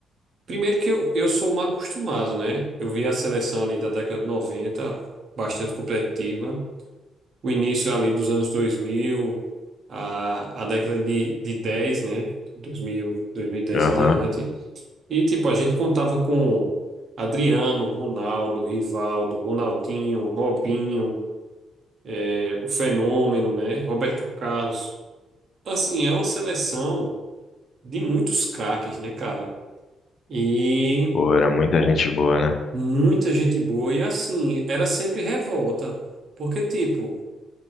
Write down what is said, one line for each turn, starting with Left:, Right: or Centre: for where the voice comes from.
Right: Primeiro que eu, eu sou mal acostumado, né? Eu vi a seleção ali da década de 90, bastante competitiva. o início ali dos anos dois mil a, a década de, de dez né? 2000, dez
Left: Aham.
Right: em diante. E, tipo, a gente contava com Adriano, Ronaldo, Rivaldo, Ronaldinho, Robinho, eh, o Fenômeno, né? Roberto Carlos. Assim, era uma seleção de muitos craques, né, cara? E
Left: Pô, era muita gente boa, né?
Right: muita gente boa. E, assim, era sempre revolta. Porque, tipo,